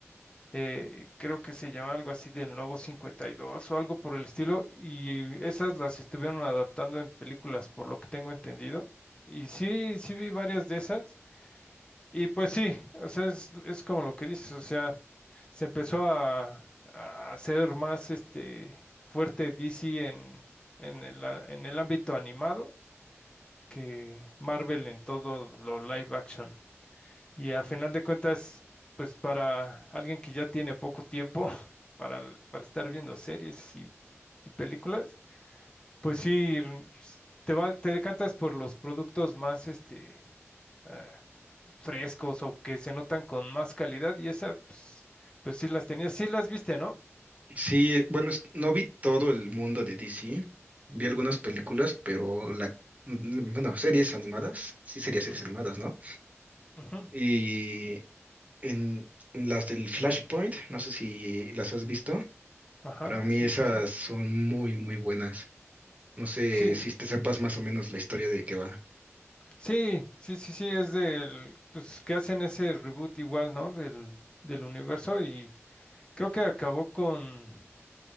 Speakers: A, on the left; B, on the right.
A: eh, creo que se llama algo así del Nuevo cincuenta y dos o algo por el estilo, y esas las estuvieron adaptando en películas, por lo que tengo entendido. Y sí, sí vi varias de esas, y pues sí, o sea, es, es como lo que dices, o sea, se empezó a, a hacer más este fuerte DC en, en el, a- en el ámbito animado que Marvel en todo lo live action. Y a final de cuentas, pues para alguien que ya tiene poco tiempo <laughs> para, el- para estar viendo series y, y películas, pues sí, s- te va, te decantas por los productos más este, ah, frescos o que se notan con más calidad y esa, pues, pues sí las tenías, sí las viste, ¿no?
B: Sí, bueno, es- no vi todo el mundo de DC, vi algunas películas, pero la, mm, bueno, series animadas, sí sería series
A: Ujú,
B: animadas, ¿no?
A: ujú.
B: Y en las del Flashpoint, no sé si las has visto,
A: Ajá,
B: para mí
A: sí,
B: esas
A: sí, sí.
B: son muy, muy buenas. No sé
A: Sí,
B: si te sepas más o menos la historia de qué va.
A: Sí, sí, sí, sí, es del, pues que hacen ese reboot igual, ¿no? Del, del universo y creo que acabó con